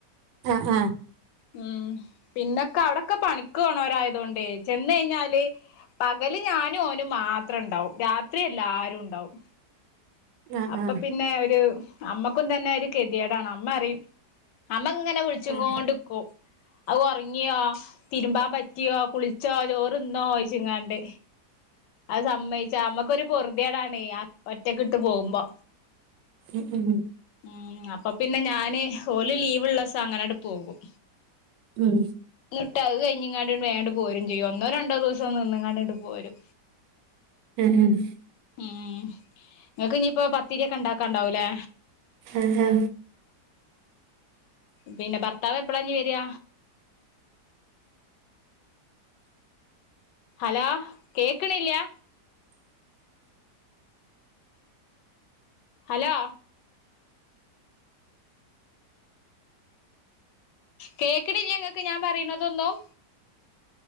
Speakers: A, on the right (about 80°); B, on the left (about 85°).
A: അ ആ
B: ഉം പിന്നൊക്കെ അവടൊക്കെ പണിക്ക് പോണോരായതുകൊണ്ട് ചെന്നയ്ഞ്ഞാല് പകല് ഞാനു ഓനുമാത്രണ്ടാവും രാത്രി എല്ലാരുണ്ടാവും
A: ആഹ്
B: അപ്പൊ
A: ആഹ് ആഹ്
B: പിന്നെ ഒരു അമ്മക്കും തന്നെരു ഗതികേടാണ് അമ്മ അറിയും അമ്മങ്ങനെ വിളിച്ചു
A: ആഹ്
B: കോണ്ട്‌ക്കും ഔ ഉറങ്യോ തിരുമ്പാൻ പറ്റിയോ കുളിച്ചോ ചോറ് തിന്നോയ്ച്ച്ങ്ങാണ്ട് അത് സമ്മയിച്ച മ്മക്കൊരു പൊറുതേടാണ് ഒറ്റക്കിട്ട് പോകുമ്പോ
A: ഉ ഉം
B: ഉം അപ്പൊ പിന്നെ ഞാന് ഓല് ലീവ്ള്ളീസങ്ങനെണ്ട് പോകും
A: ഉം
B: ന്ന്ട്ടഹ്‌ കഴിഞ്ഞിങ്ങാണ്ട് വേണ്ട് പോരും ചെയ്യും ഒന്നോ രണ്ടോ ദിവസം നിന്ന് ങ്ങാണ്ട് പോരും
A: <unintelligible>
B: ഏ നിങ്ങക്കിഞ്ഞിപ്പോ പത്തിരി ഒക്കെ ണ്ടാക്കാണ്ടാവൂലേ
A: ആ ഹാ
B: പിന്നെ ഭർത്താവെപ്പളാഞ്ഞി വരാ ഹലോ കേക്ക്ണില്ല്യാ ഹലോ കേക്ക്ണില്ല്യ ങ്ങക്ക് ഞാൻ പറീണതൊന്നും